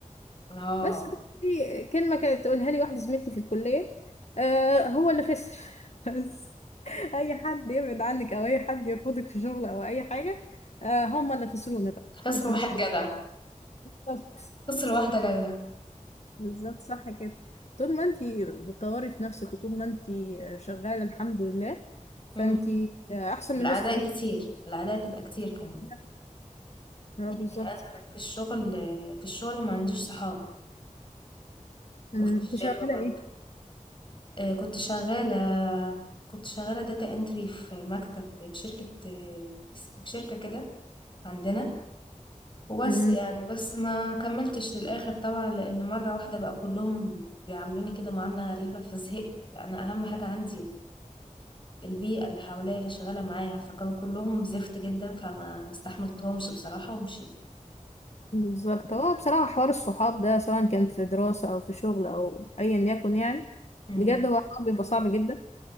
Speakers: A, on the left (about 40°); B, on the left (about 55°).
A: اه
B: بس في كلمه كانت تقولها لي واحده زميلتي في الكليه آه هو اللي خسر <laughs> بس اي حد يبعد عنك او اي حد يرفضك في شغل او اي حاجه آه هم اللي خسرونا بقى
A: خسر
B: مش
A: واحد
B: مشكله
A: جدع
B: بالظبط
A: خسر واحدة جدع
B: بالظبط صح كده طول ما انتي بتطوري في نفسك وطول ما انتي شغاله الحمد لله فانتي
A: امم
B: آه، احسن
A: الأعداء
B: من ناس كتير
A: كتير الأعداء تبقى كتير كمان
B: يعني اه
A: يعني
B: بالظبط
A: أنا في الشغل في الشغل ما عنديش صحاب
B: أمم،
A: وفي الجيم
B: انت شغاله
A: برضه
B: ايه
A: آه، كنت شغالة كنت شغالة داتا انتري في مكتب في شركة آه، في شركة كده عندنا وبس
B: أمم،
A: يعني بس ما كملتش للآخر طبعا لأن مرة واحدة بقى كلهم بيعاملوني كده معاملة غريبة فزهقت يعني أهم حاجة عندي البيئة اللي حواليا اللي شغالة معايا فكانوا كلهم زفت جدا فما مستحملتهمش بصراحة ومشيت
B: بالظبط هو بصراحه حوار الصحاب ده سواء كان في دراسه او في شغل او ايا يكن يعني
A: امم
B: بجد هو حوار بيبقى صعب جدا